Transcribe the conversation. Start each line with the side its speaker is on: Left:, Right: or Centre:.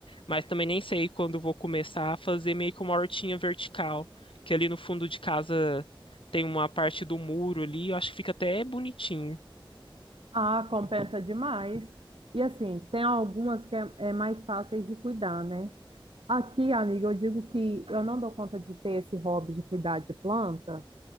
Left: mas também nem sei quando vou começar a fazer meio que uma hortinha vertical, que ali no fundo de casa tem uma parte do muro ali, eu acho que fica até bonitinho.
Right: Ah, compensa demais. E assim, tem algumas que é, é mais fáceis de cuidar, né? Aqui, amiga, eu digo que eu não dou conta de ter esse hobby de cuidar de planta,